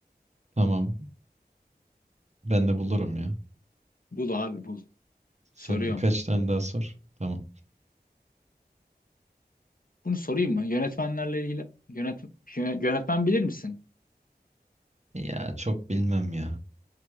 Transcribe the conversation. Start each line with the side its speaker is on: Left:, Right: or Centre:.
Right: Tamam. Ben de bulurum ya.
Left: Bul abi bul.
Right: Sen
Left: Soruyorum.
Right: birkaç tane daha sor. Tamam.
Left: Bunu sorayım mı? Yönetmenlerle ilgili yönet yö- yönetmen bilir misin?
Right: Ya çok bilmem ya.